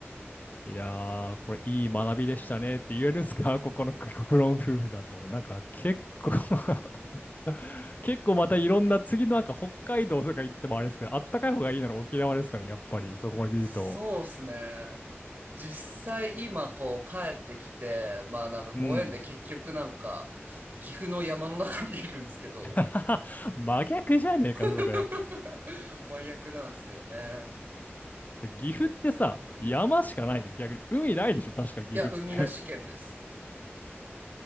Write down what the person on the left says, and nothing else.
いやー、これいい学びでしたねって言えるんですかここの国国論夫婦だと。なんか結構 <laughs> <laughs> 結構またいろんな次のなんか北海道とか行ってもあれですけど、あったかい方がいいなら沖縄ですからね、やっぱりそこまで言うと。
うん。
<laughs> 真逆じゃねえか、
それ。
岐阜ってさ、
山しかないじゃん、逆に。海ないでしょ、確か岐阜って。